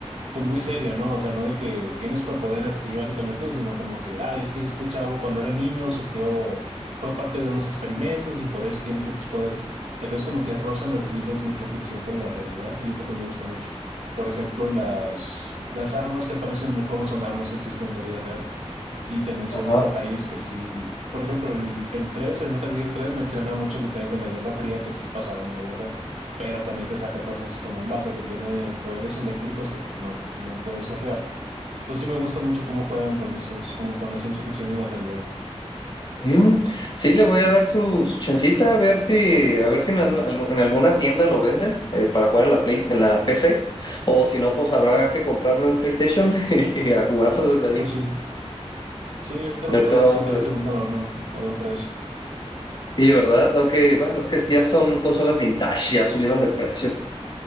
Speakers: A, on the right (about 75°); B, on the left (about 40°).
A: pues muy seria, ¿no? O sea, no de que tiene superpoderes así básicamente, sino como que, ay, es que este chavo cuando era niño sufrió, fue parte de unos experimentos y por eso tiene ciertos poderes. Entonces como que rozan a decir la ciencia ficción con la realidad y es lo que me gusta mucho. Por ejemplo, las, las armas que aparecen en el juego son armas que existen en la vida real y te mencionan
B: Ajá.
A: detalles que sí, por ejemplo, el, el tres el Metal Gear tres menciona muchos detalles de la Guerra Fría que sí pasaron en la vida real, pero también te saca cosas como un vato que tiene poderes eléctricos que pues no, no puede ser real. Entonces sí me gusta mucho cómo juegan con esos, como con la ciencia ficción y la realidad.
B: Mm, sí, le voy a dar su, su chancita a ver si, a ver si en, an- al- en alguna tienda lo venden eh, para jugar en la Play, en la PC. O si no, pues habrá que comprarme un PlayStation <laughs> y a jugarlo desde ahí.
A: Pues sí, sí, ahorita los
B: Ahorita
A: puedes
B: vamos
A: encontrar
B: a ver.
A: de segunda mano a buen precio,
B: Sí, ¿verdad? Aunque, bueno, es que ya son consolas vintage, ya subieron de precio.